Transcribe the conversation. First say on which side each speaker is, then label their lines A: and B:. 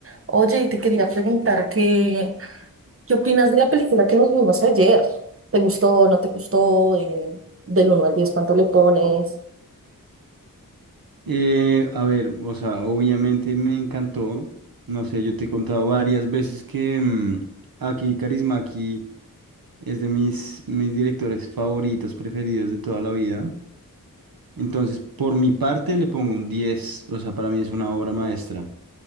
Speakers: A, on the right; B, on the right.
A: Oye, y te quería preguntar qué, qué opinas de la película que nos vimos ayer. ¿Te gustó, no te gustó? Eh, del uno al 10, ¿cuánto le pones?
B: Eh, a ver, o sea, obviamente me encantó. No sé, yo te he contado varias veces que mm, Aki Kaurismäki es de mis, mis directores favoritos, preferidos de toda la vida. Entonces, por mi parte, le pongo un 10. O sea, para mí es una obra maestra.